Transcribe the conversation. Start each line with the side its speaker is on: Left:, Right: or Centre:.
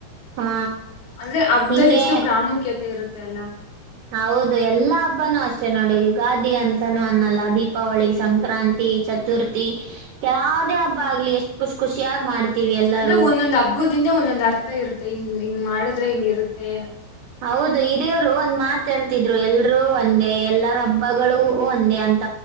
Right: ಹಾ
Left: ಅಂದ್ರೆ ಹಬ್ದಲ್ಲಿ
Right: ಹಿಂಗೆ
Left: ಎಷ್ಟು ಪ್ರಾಮುಖ್ಯತೆ ಇರುತ್ತೆ ಎಲ್ಲಾ
Right: ಹೌದು ಎಲ್ಲಾ ಹಬ್ಬನುೂ ಅಷ್ಟೆ ನೋಡಿ ಯುಗಾದಿ
Left: ಹ್ಮ್
Right: ಅಂತಾನೂ ಅನ್ನಲ್ಲ ದೀಪ ದೀಪಾವಳಿ ಸಂಕ್ರಾಂತಿ ಚತುರ್ಥಿ ಯಾವುದೇ ಹಬ್ಬ ಆಗ್ಲಿ ಎಷ್ಟು ಖುಷಿ ಖುಷಿಯಾಗಿ ಮಾಡ್ತೀವಿ ಎಲ್ಲಾರು.
Left: ಅಂದ್ರೆ ಒಂದೊಂದ್ ಹಬ್ಬದಿಂದ ಒಂದೊಂದ್ ಅರ್ಥ ಇರುತ್ತೆ ಇನ್ ಹಿಂಗ್ ಮಾಡುದ್ರೆ ಹಿಂಗ ಇರುತ್ತೆ
Right: ಹೌದು ಹಿರಿಯರು ಒಂದ್ ಮಾತಾಳ್ತಿದ್ರು ಎಲ್ರುೂ ಒಂದೇ ಎಲ್ಲಾ ಹಬ್ಬಗಳು ಒಂದೇ ಅಂತ